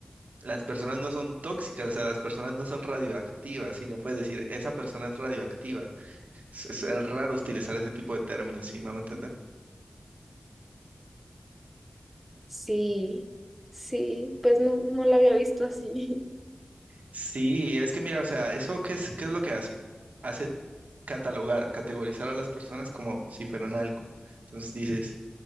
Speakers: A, on the right (about 85°); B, in the centre.
A: las personas no son tóxicas, o sea, las personas no son radioactivas, y no puedes decir, esa persona es radioactiva. Es, es- es raro utilizar ese tipo de términos, ¿sí me hago entender?
B: Sí, sí, pues no, no lo había visto así. <laughs>
A: Sí, es que mira, o sea, eso qué es, qué es lo que hacen? Hace catalogar, categorizar a las personas como si fueran algo. Entonces dices,